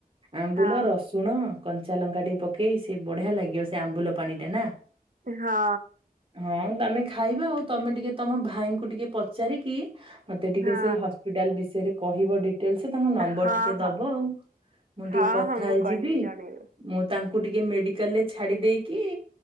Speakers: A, on the right; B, on the right.
A: ଆମ୍ବୁଲ
B: ହଁ
A: ରସ୍ ତୁଣ କଞ୍ଚା ଲଙ୍କା ଟିକେ ପକେଇ ସିଏ ବଢ଼ିଆ ଲାଗିବ ସେ ଆମ୍ବୁଲ ପାଣିଟା, ନାଁ?
B: ଏ ହଁ।
A: ହଁ ତମେ ଖାଇବା ଆଉ ତମେ ଟିକେ ତମ ଭାଇଙ୍କୁ ଟିକେ ପଚାରିକି ମତେ ଟିକେ
B: ହଁ
A: ସେଇ ହସ୍ପିଟାଲ୍ ବିଷୟରେ କହିବ ଡେ ଟେଲସ୍ ତାଙ୍କ ନମ୍ବର୍
B: ହଁ
A: ଟିକେ
B: ହଁ
A: ଦବ ଆଉ ମୁଁ
B: ହଁ
A: ଟିକେ କଥା
B: ହଁ ମୁଁ
A: ହେଇଯିବି।
B: କହିବି ଜଣେଇବି
A: ମୁଁ ତାଙ୍କୁ ଟିକେ ମେଡ଼ିକାଲ୍ ରେ ଛାଡ଼ି ଦେଇକି